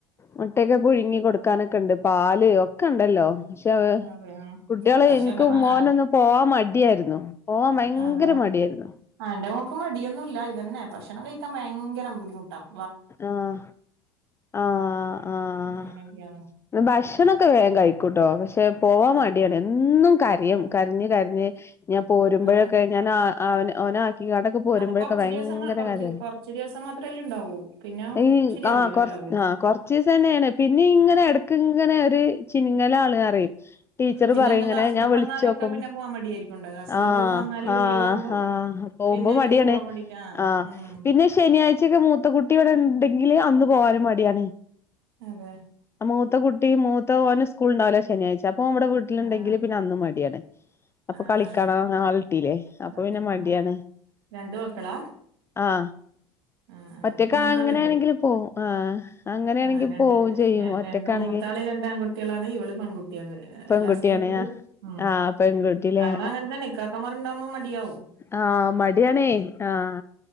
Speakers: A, on the left; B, on the right.
A: മുട്ടക്കെ പുഴുങ്ങി കൊടുക്കാനൊക്കെ ഉണ്ട് പാല് ഒക്കെ ഉണ്ടല്ലോ പക്ഷെ
B: അതെ ആഹ്
A: കുട്ടികളെ
B: പക്ഷെ എന്റെ മ
A: മോനൊന്ന്
B: ആ
A: പോവാൻ മടിയായിരുന്നു പോവാൻ ഭയങ്കര
B: അതെ
A: മടിയായിരുന്നു
B: എന്റെ മോള്ക്ക് മടിയൊന്നുംല്ല ഇതന്നെ പക്ഷ ഭക്ഷണം കഴിക്കാ ഭങ്കര ബുദ്ധിമുട്ടാണ്
A: ആഹ ആഹ ആഹ
B: അങ്ങനെയൊക്കെയാണ്
A: ഭാഷ ഭക്ഷണമൊക്കെ വേഗം കഴിക്കോട്ടോ പക്ഷേ പോവാാൻ
B: ആ
A: മടിയാണ് എന്നും കരയും
B: അതെ
A: കരഞ്ഞ് കരഞ്ഞ് ഞാൻ പോരുമ്പോഴൊക്കെ
B: അതെ
A: ഞാൻ അവ അവൻ ഒനെ അക്കിങ്ങാട്പോരുമ്പോഴക്കെ
B: അത് കൊറച്ച്
A: ഭയങ്കര
B: ദിവസങ്ങൾ കൊറച്ച്
A: കരിൽ
B: കൊറച്ച് ദിവസം മാത്രമല്ലേ ഉണ്ടാവൂ പിന്നെ
A: ഈ
B: ശരിയാവൂലല്ലോ
A: ആ് കൊറ
B: ഇവലാവൂലേ
A: ആ കൊറച്ച് ദിവസം തന്നെയാണ് പിന്നെ ഇങ്ങനെ ഇടക്ക് ഇങ്ങനെ ഒരു ചിൻ ങ്ങല ആൾ പറയും ടീച്ചറ്
B: പിന്നെ
A: പറയും
B: എന്തെങ്കും
A: ഇങ്ങനെ
B: അസുഖം
A: ഞാൻ വിളിച്ച്
B: വന്നാലൊക്കെ
A: നോക്കുമ്പോ
B: പിന്നെ പോവാൻ മടിയായിരിക്കും ഉണ്ടാക അസുഖങ്ങളൊക്കെ
A: ആ
B: വന്നാല്
A: ആഹ്
B: ലീവ് ആവുമ്പോ
A: ആഹ പോകുമ്പോ
B: പിന്നെ ഒരു
A: മടിയാണ്
B: പോവാൻ വേണ്ടിട്ട്
A: ആ
B: ഉം
A: പിന്നെ ശനിയാഴ്ചൊക്കെ മൂത്ത കുട്ടിയ ഉണ്ടെങ്കിൽ അന്ന് പോവനും മടിയാണ്
B: അതെ
A: മൂത്ത കുട്ടി മൂത്ത മോൻ സ്ക്കൂൾ ഉണ്ടാവില്ല ശനിയാഴ്ചഅപോ അവൻ വിട്ടിൽ ഉണ്ടകിൽ
B: അതെ
A: അന്ന് മടിയാണ് അപ്പൊ
B: ആ
A: കളിക്കണോ
B: ആ
A: ആളിട്ടീല്ലേ അപ്പൊ
B: അതെ
A: പിന്നെ മടിയാണ്
B: അതെ രണ്ട് മക്കളാ
A: ആഹ്
B: ആഹ ആ
A: ഒറ്റക്ക്
B: എനിക്ക് മൂന്നാളുണ്ട്
A: അങ്ങനെയാണെങ്കില് പോവും ആഹ് അങ്ങനെയാണെങ്കി
B: ആ രണ്ട്
A: പോവും ചെയ്യും ഒറ്റക്കാണെങ്കി
B: രണ്ട് മൂത്താൾ രണ്ട് ആൺ ആൺകുട്ടികളാണ് ഇവള് പെൺകുട്ടിയ
A: പെൺകുട്ടിയാണ്
B: ലാസ്റ്റ്ത്തത്
A: ആ
B: ഉ
A: ആ പെൺകുട്ടില്ലേ
B: അവള അങ്ങനെതന്ന ഇക്ക കമാർണ്ടാകുമോ മടിയാവവും
A: ആഹ മടിയണേ ആഹ